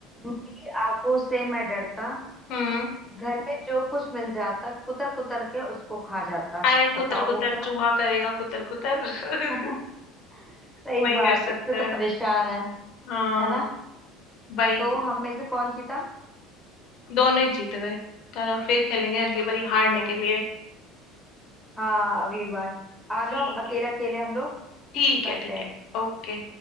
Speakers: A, in the centre; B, on the left (about 45°).
A: नीली आंखों से मैं डरता
B: हम्म
A: घर में जो कुछ मिल जाता कुतर कुतर के उसको खा जाता
B: अरे कुतर
A: बताओ
B: कुतर
A: वो क्या
B: चूहा करेगा कुतर कुतर <laughs>
A: <laughs> सही
B: वही
A: बात
B: कर सकता
A: इससे तो
B: है
A: परेशान है
B: हाँ
A: है ना
B: भाई
A: तो हम में से कौन जीता
B: दोनों ही जीत गए चलो फिर खेलेंगे अगली
A: दोनों
B: बारी
A: जीत
B: हारने
A: गए
B: के लिए
A: हाँ अगली बार आ
B: ठीक
A: जाओ अकेले
B: है
A: अकेले हम लोग
B: ठीक
A: करते
B: है ठीक
A: हैं
B: है ओके